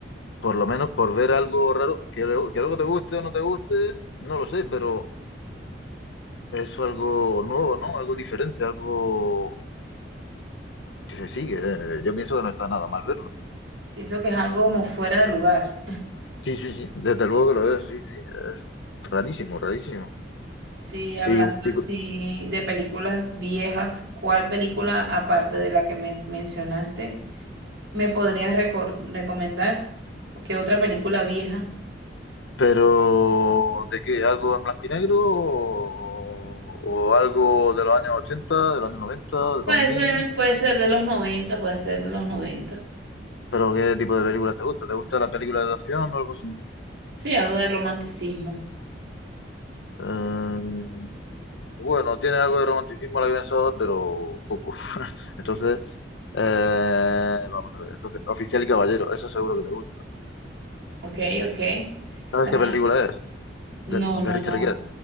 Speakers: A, on the left; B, on the right.
A: por lo menos por ver algo raro, que, algo- que algo te guste o no te guste, no lo sé, pero es algo nuevo, ¿no? Algo diferente, algo que se sigue. eh, Yo pienso que no está nada mal verlo.
B: Pienso que es algo como fuera de lugar.
A: Sí, sí, sí, desde luego que lo veo, sí, sí, es rarísimo, rarísimo.
B: Sí, hablando
A: Y, y-
B: así de películas viejas, ¿cuál película, aparte de la que me mencionaste, me podrías recor- recomendar? ¿Qué otra película vieja?
A: pero, ¿de qué? ¿Algo en blanco y negro o, o algo de los años 80, de los años 90, de
B: Puede
A: 2000?
B: ser, puede ser de los 90, puede ser de los noventa.
A: ¿Pero qué tipo de películas te gusta? ¿Te gusta la película de acción o algo así?
B: Sí, algo de romanticismo.
A: Eh, bueno, tiene algo de romanticismo la que pensaba, pero poco. <laughs> Entonces, eh, vamos a ver. Entonces, Oficial y Caballero, eso seguro que te gusta.
B: Ok, ok. Esa-
A: ¿Sabes qué película es? De,
B: No,
A: de
B: no,
A: Richard
B: no.
A: Gere.